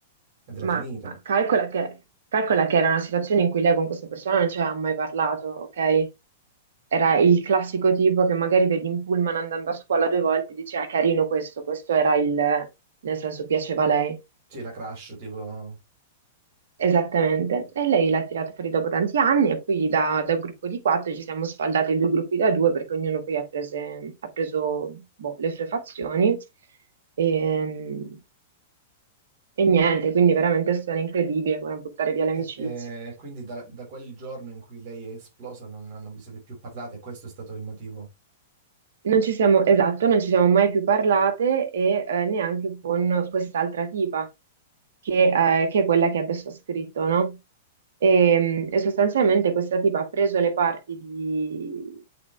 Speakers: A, on the right; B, on the right.
A: ed era
B: ma
A: finita.
B: calcola che, calcola che era una situazione in cui lei con questa persona non ci aveva mai parlato, ok? Era il classico tipo che magari vedi in pullman andando a scuola due volte e dice, ah, carino questo, questo era il, nel senso piaceva a lei.
A: Sì, la crash, tipo...
B: Esattamente, e lei l'ha tirato fuori dopo tanti anni e poi da, da gruppo di quattro ci siamo sfaldati in due gruppi da due perché ognuno poi ha, prese- ha preso boh, le sue fazioni e, e niente, quindi veramente è stata incredibile come buttare via le
A: E,
B: amicizie.
A: e quindi da, da quel giorno in cui lei è esplosa non, non vi siete più parlate e questo è stato il motivo
B: Non ci siamo, esatto, non ci siamo mai più parlate e eh, neanche con quest'altra tipa che, eh, che è quella che adesso ha scritto, no? E, e sostanzialmente questa tipa ha preso le parti di,